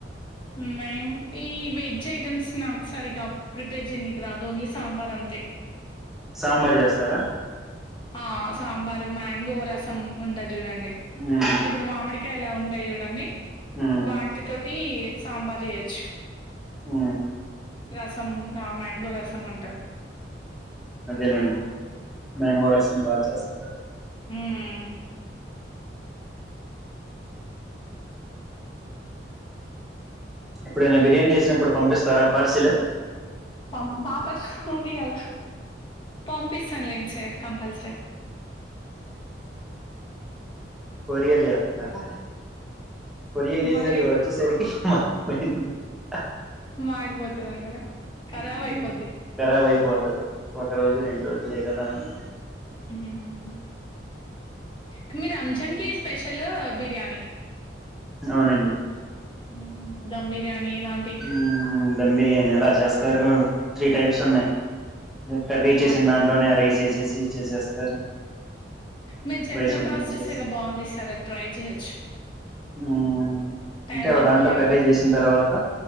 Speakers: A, on the left; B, in the centre.
A: మేము ఈ వెజ్ ఐటమ్స్ నాకు సరిగా ప్రిపేర్ చేయనికి రాదు ఓన్లీ సాంబార్ అంతే
B: సాంబార్ చేస్తారా
A: ఆ సాంబారు మ్యాంగో రసం ఉన్ ఉంటది చూడండి టే
B: ఉమ్
A: అంటే ఇప్పుడు మామిడి ఇంకా ఎలా ఉంటాయి చూడండి
B: ఉమ్
A: వాటి తోటి సాంబార్ చేయొచ్చు
B: ఆ
A: రసం ఆ మ్యాంగో రసం అంటారు
B: అదేలేండి మ్యాంగో రసం బాగా చేస్తార
A: మ్మ్
B: ఎప్పుడైనా బిర్యాని చేసినప్పుడు పంపిస్తారా పార్సిల్
A: పంప్ బాపట్ల పంపియాల పంపిస్తానులేండి సార్ కంపల్సరి
B: కొరియర్ చేస్తారా కొరియర్ అయ్యి
A: మరి
B: వచ్చే సరికి <unintelligible>
A: మాడిపోతదంటారా? ఖరాబ్ అయిపోద్ది.
B: కరాబ్ అయిపోతది ఒక రోజు రెండు రోజులే కదా ఉంది
A: మ్మ్ హు మీ రంజాన్ కి స్పెషల్ బిర్యానీ
B: అవునండి
A: మ్మ్ దమ్ బిర్యానీ ఇలాంటి
B: హ్మ్ ధమ్ బిర్యానీ అలా చేస్తా తరు త్రీ టైప్స్ ఉన్నాయి ము కర్రీ చేేసిన
A: అవునా!
B: దాంట్లోనే రైస్ వేసేసి జీ చేసేస్తారా
A: మీరు చెప్పిన
B: రైస్ ఉడికించేసి
A: ప్రాసెస్ ఏదో బావుంది ఈసారి అది ట్రై చేయొచ్చు.
B: మ్మ్
A: టైం
B: అంటే ఒక
A: తక్కువ
B: దాంట్లో
A: అయిపోతది.
B: కర్రీ చేసిన తర్వాత